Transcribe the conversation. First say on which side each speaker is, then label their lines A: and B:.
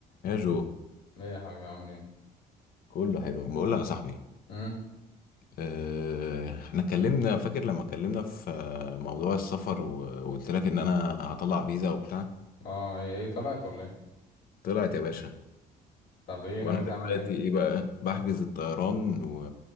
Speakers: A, on the left (about 60°); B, on the left (about 80°).
A: يا جو
B: ايه يا حبيبي عامل ايه
A: كله حلو بقول لك يا صاحبي
B: امم
A: آه، احنا اتكلمنا فاكر لما اتكلمنا في آه، موضوع السفر و- وقلت لك ان انا هطلع فيزا وبتاع
B: اه ايه إيه طلعت ولا ايه
A: طلعت يا باشا
B: طب ايه ناوي
A: وانا
B: تعمل
A: دلوقتي
B: ايه
A: ايه بقى بحجز الطيران و...